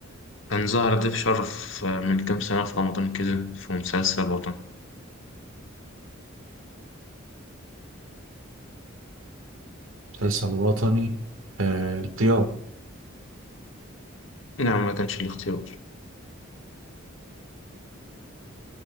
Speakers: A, on the left; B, on the right.
A: كان ظهر ضيف شرف آه، من كام سنة في رمضان كده في مسلسل وطني
B: مسلسل وطني آه الاختيار
A: نعم ما كانش الاختيار